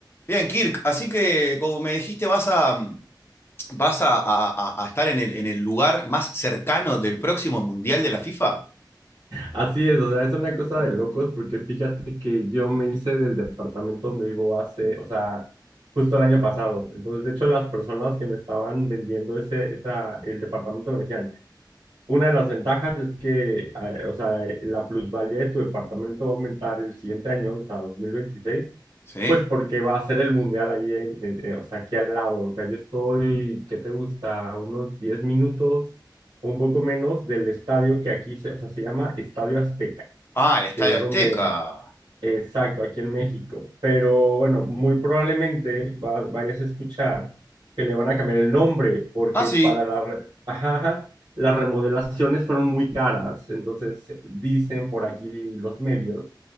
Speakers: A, on the left; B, on the right.
A: Bien, Kirk, así que como me dijiste, vas a, vas a, a- a- a estar en el, en el lugar más cercano del próximo Mundial de la FIFA.
B: Así es, o sea, es una cosa de locos porque fíjate que yo me hice del departamento donde vivo hace, o sea, justo el año pasado. Entonces, de hecho, las personas que me estaban vendiendo ese, esa, el departamento me decían, una de las ventajas es que, eh, o sea, la plusvalía de tu departamento va a aumentar el siguiente año, o sea, 2026.
A: Sí.
B: Pues porque va a ser el mundial allí, en- en- eh, o sea, aquí al lado. O sea, yo estoy, ¿qué te gusta? A Unos 10 minutos, un poco menos del estadio que aquí se, o sea, se llama Estadio Azteca,
A: Ah, el Estadio
B: que es donde,
A: Azteca.
B: exacto, aquí en México. Pero bueno, muy probablemente va- vayas a escuchar que le van a cambiar el nombre, porque
A: Ah, sí.
B: para la, re- ajá, ajá, las remodelaciones fueron muy caras. Entonces, dicen por aquí los medios